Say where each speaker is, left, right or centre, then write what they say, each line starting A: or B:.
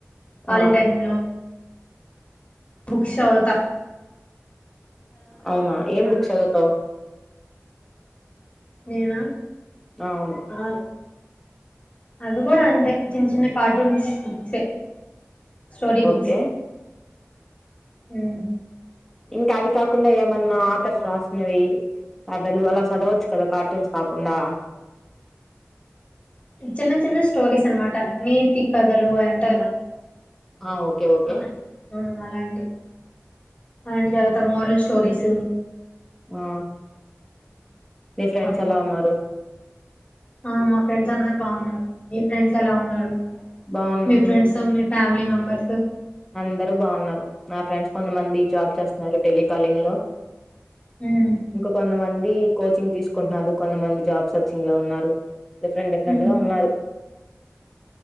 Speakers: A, on the left; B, in the centre.
A: ఖాళి
B: ఆ
A: టైమ్ లో బుక్స్ చవుత
B: అవునా ఏం బుక్ చదువుతావ్
A: నేనా
B: అవును
A: ఆ అది గూడా అంతే చిన్న చిన్న కార్టూన్స్ బుక్సే స్టోరీ
B: ఓకే
A: బుక్స్ ఉ
B: ఇంకా అవి కాకుండా ఏమన్నా ఆథర్స్ రాసినవి కథలు అలా చదవచ్చు కదా కార్టూన్స్ కాకుండా
A: చిన్న చిన్న స్టోరీస్ అనమాట నీతి కథలు అయ్ ఉంటదిలా
B: ఆ ఓకే ఓకే
A: ఆ అలాంటి అయన్ జారత మోరల్ స్టోరీసు
B: ఆ నీ ఫ్రెండ్స్
A: అవే
B: ఎలా ఉన్నారు
A: ఆ మా ఫ్రెండ్స్ అందరు బాగున్నారు మీ ఫ్రెండ్స్ ఎలా ఉన్నారు
B: బాగున్నారు
A: మీ ఫ్రెండ్స్ మి ఫ్యామిలీ మెంబర్స్
B: అందరూ బాగున్నారు నా ఫ్రెండ్స్ కొంతమంది జాబ్ చేస్తున్నారు టెలికాలింగ్ లో
A: మ్మ్
B: ఇంక కొంతమంద్ దీ కోచింగ్ తీసుకుంటున్నారు, కొంతమంది జాబ్స్ సర్చింగ్ లో ఉన్నారు, డిఫరెంట్ డిఫరెంట్
A: మ్మ్
B: గా ఉన్నారు.